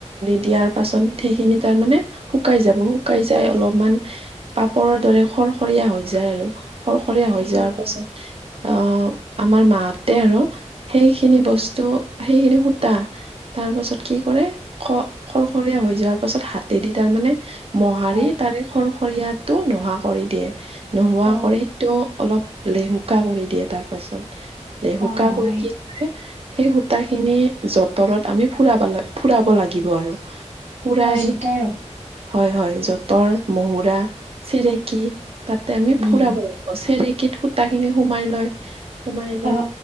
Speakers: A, on the right; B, on the right.
A: ইয়াৰ পাছত সেইখিনি তাৰ মানে শুকাই যাব। শুকাই যায় অলপ মান পাপৰ দৰে খট সৰখৰীয়া হৈ যায় আৰু সৰখৰীয়া হৈ
B: উম
A: যোৱাৰ পাছত
B: হয়
A: অহ আমাৰ মাহতে আৰু সেইখিনি বস্তু সেইখিনি সূতা তাৰ পাছত কি কৰে খ খৰখৰীয়া হৈ যোৱাৰ পাছত হাতেদি তাৰ মানে মোহাৰি
B: উম হয়
A: তাৰে খৰখৰীয়াটো নোহা কৰি দিয়ে। নোহোৱা
B: অ
A: কৰি সেইটো অলপ লেহুকা কৰি দিয়ে তাৰ পাছত লেহুকা
B: অ হয়
A: হৈ কি সেই সূতা খিনি যতঁৰত আমি ফুৰাব লাগ ফুৰাব লাগিব আৰু ফুৰাই
B: অহ যতঁৰত।
A: হয়, হয় যতৰ মহুঁৰা চেৰেকী তাতে আমি
B: উম
A: ফুৰাব লাগিব চেৰেকী কিত সূতা খিনি সোমাই লয় সোমাই লৈ
B: অ